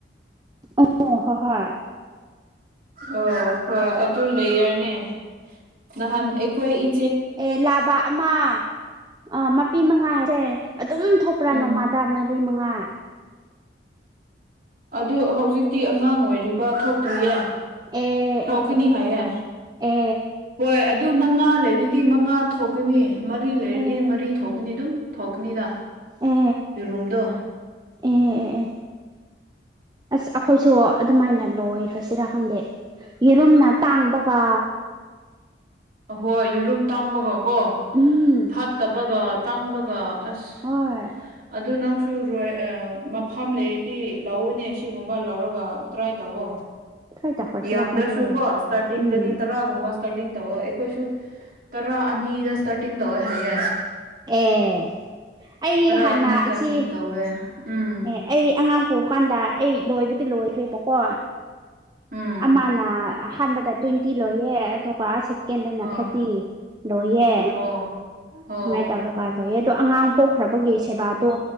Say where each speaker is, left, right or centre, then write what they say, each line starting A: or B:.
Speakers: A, on the right; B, on the right.
A: ꯑꯣ ꯍꯣꯍꯣꯏ
B: ꯑꯣ ꯍꯣꯏ ꯑꯗꯨ ꯂꯦꯌꯔꯅꯦ ꯅꯍꯥꯟ ꯑꯩꯈꯣꯏ ꯏ
A: ꯑꯦ ꯂꯥꯕ ꯑꯃ ꯑꯥ ꯃꯄꯤ ꯃꯉꯥ ꯍꯥꯏꯁꯦ ꯑꯗꯨꯝ ꯊꯣꯛꯄ꯭ꯔꯥ
B: ꯎꯝ
A: ꯅꯣꯡꯃꯥꯗ ꯃ ꯃꯔꯤ ꯃꯉꯥ
B: ꯑꯗꯨ ꯍꯧꯖꯤꯛꯇꯤ ꯑꯉꯥꯡ ꯑꯣꯏꯔꯤꯕ ꯊꯣꯛꯇ꯭ꯔꯤꯌꯦ
A: ꯑꯦ
B: ꯊꯣꯛꯈꯅꯤ
A: ꯑꯦ ꯑꯦ
B: ꯍꯥꯏꯌꯦ
A: ꯑꯦ
B: ꯍꯣꯏ ꯑꯗꯨ ꯃꯉꯥ ꯂꯩꯔꯗꯤ ꯃꯉꯥ ꯊꯣꯛꯀꯅꯤ ꯃꯔꯤ ꯂꯩꯔꯗꯤ
A: ꯑꯦ
B: ꯃꯔꯤ ꯊꯣꯛꯀꯅꯤ ꯑꯗꯨꯝ ꯊꯣꯛꯀꯅꯤꯗ
A: ꯑꯦ ꯑꯦ
B: ꯌꯦꯔꯨꯝꯗꯣ
A: ꯑꯦ ꯑꯦ ꯑꯦ ꯑꯁ ꯑꯩꯈꯣꯏꯁꯨ ꯑꯗꯨꯃꯥꯏꯅ ꯂꯣꯏ ꯁꯣꯏꯁꯤꯔ ꯈꯪꯗꯦ ꯌꯦꯔꯨꯝꯅ ꯇꯥꯡꯕꯒ
B: ꯑꯍꯣꯏ ꯌꯦꯔꯨꯝ ꯇꯥꯡꯕꯒꯀꯣ
A: ꯎꯝ
B: ꯐꯠꯇꯕꯒ ꯇꯥꯡꯕꯒ ꯑꯁ
A: ꯍꯣꯏ
B: ꯑꯗꯨ ꯅꯪꯁ ꯆꯨꯔꯣꯏ ꯃꯐꯝ ꯂꯩꯔꯗꯤ ꯂꯧꯎꯅꯦ ꯁꯤꯒꯨꯝꯕ ꯂꯧꯔꯒ ꯇ꯭ꯔꯥꯏ ꯇꯧꯋ
A: ꯈꯔ ꯇꯧꯈ꯭ꯔꯁꯤꯔꯥ
B: ꯌꯥꯝꯗ꯭ꯔꯁꯨ
A: ꯈꯪꯗꯦ
B: ꯀꯣ ꯏꯁꯇꯥꯔꯇꯤꯡꯗꯗꯤ
A: ꯎꯝ
B: ꯇꯔꯥꯒꯨꯝꯕ ꯏꯁꯇꯥꯔꯇꯤꯡ ꯇꯧꯋꯦ ꯑꯩꯈꯣꯏꯁꯨ ꯇꯔꯥ ꯑꯅꯤꯗ ꯏꯁꯇꯥꯔꯇꯤꯡ ꯇꯧꯋꯦ ꯍꯥꯏ ꯌꯥꯏ
A: ꯑꯦ ꯑꯩ
B: ꯇꯔꯥ
A: ꯍꯥꯟꯅ
B: ꯑꯅꯤ ꯁ꯭ꯇꯥꯔꯇꯤꯡ
A: ꯑꯁꯤ
B: ꯇꯧꯋꯦ ꯎꯝ
A: ꯑꯦ ꯑꯩ ꯑꯉꯥꯡ ꯄꯨꯕ ꯀꯥꯟꯗ ꯑꯩ ꯂꯣꯏꯕꯗꯤ ꯂꯣꯏꯈ꯭ꯔꯦꯕꯀꯣ
B: ꯎꯝ
A: ꯑꯃꯅ ꯑꯍꯥꯟꯕꯗ ꯇ꯭ꯋꯦꯟꯇꯤ ꯂꯣꯏꯌꯦ ꯑꯗꯨꯒ ꯁꯦꯛ ꯀꯦꯟꯗꯅ
B: ꯑꯥ
A: ꯊꯥꯔꯇꯤ ꯂꯣꯏꯌꯦ
B: ꯑꯣ ꯑꯣ
A: ꯁꯨꯃꯥꯏꯅ ꯇꯧꯔꯒ ꯋꯥ ꯂꯣꯏꯑꯦ ꯑꯗꯣ ꯑꯉꯥꯡ ꯄꯣꯛꯈ꯭ꯔꯕꯒꯤ ꯁꯦꯕꯥꯗꯣ